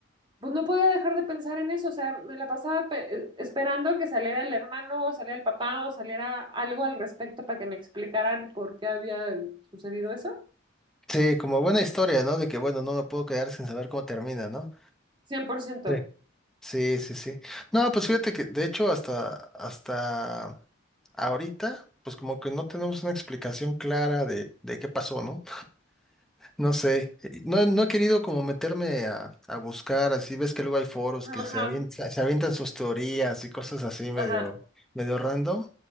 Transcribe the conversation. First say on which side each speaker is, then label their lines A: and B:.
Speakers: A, on the right; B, in the centre.
A: pues no podía dejar de pensar en eso. O sea, me la pasaba pe- eh, esperando que saliera el hermano, o saliera el papá, o saliera algo al respecto para que me explicaran por qué había sucedido eso.
B: Sí, como buena historia, ¿no? De que, bueno, no me puedo quedar sin saber cómo termina, ¿no?
A: Cien por ciento.
B: Sí. Sí, sí, sí. No, pues fíjate que, de hecho, hasta, hasta ahorita, pues como que no tenemos una explicación clara de, de qué pasó, ¿no? No sé, eh, no, no he querido como meterme a, a buscar, así ves que luego hay foros
A: Ajá,
B: que se avientan, se avientan sus teorías y cosas así medio,
A: ajá,
B: medio random,